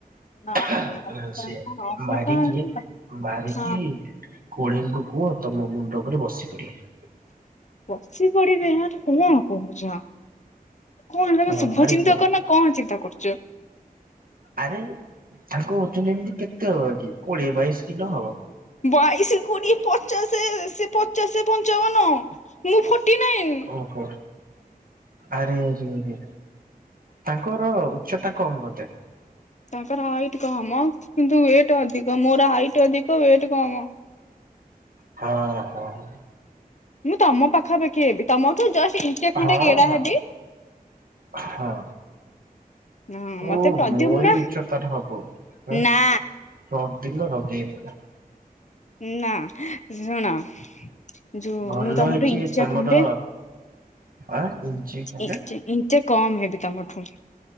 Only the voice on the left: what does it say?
ନାଇଁ
ଅମୃତାଞ୍ଜନ ହଁ
ବସି ପଡିବେ, ଆରେ କଣ କହୁଛ? କଣ ତମେ
ଶୁଭ
ଚିନ୍ତକ
ନା କଣ ଚିନ୍ତା କରୁଚ?
ବାଇଶ, କୋଡିଏ, ପଚାଶେ ସେ ପଚାଶେ, ପଞ୍ଚାବନ। ମୁଁ ଫୋର୍ଟି ନାଇନ୍।
ତାଙ୍କର ହାଇଟ୍ କମ୍ କିନ୍ତୁ ୱେଟ୍ ଅଧିକ ମୋର ହାଇଟ୍ ଅଧିକ ୱେଟ୍ କମ୍।
ମୁଁ ତମ ପାଖାପାଖି ହେବି ତମଠୁ ଜଷ୍ଟ ଇଞ୍ଚେ ଖଣ୍ଡେ
ଗେଡା
ହେବି।
ହଁ
ମତେ ପ୍ରଦ୍ୟୁମ୍ନା
ନା
ନା ଶୁଣ। ଯୋଉ
ମୁଁ ତମଠୁ
ଇଞ୍ଚେ
ଖଣ୍ଡେ
ଇଞ୍ଚେ ଇଞ୍ଚେ କମ୍ ହେବି ତମଠୁ।